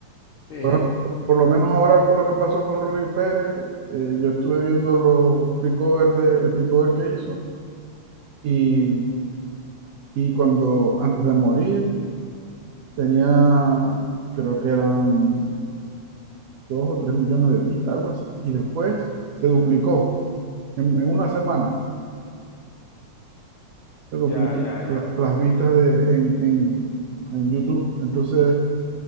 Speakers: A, on the left; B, on the right.
A: Sí,
B: Por, por lo menos ahora con lo que pasó con Rubén Pérez, eh, yo estuve viendo los free cover de, el free cover que hizo y, y cuando, antes de morir, tenía, creo que eran dos o tres millones de vistas, algo así. Y después se duplicó, en, en una semana se duplicó
A: ya, ya, ya.
B: la- las vistas de, en, en, en YouTube. Entonces,